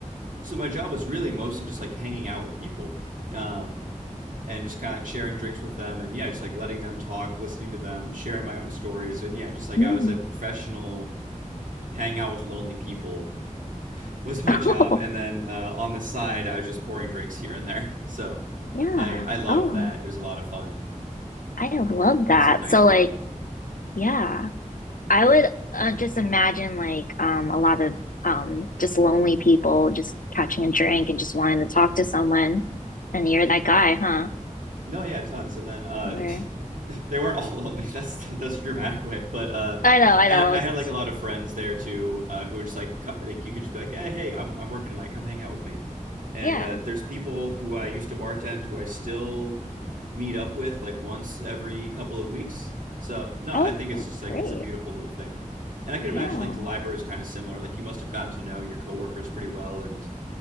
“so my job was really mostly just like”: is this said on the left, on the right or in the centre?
Right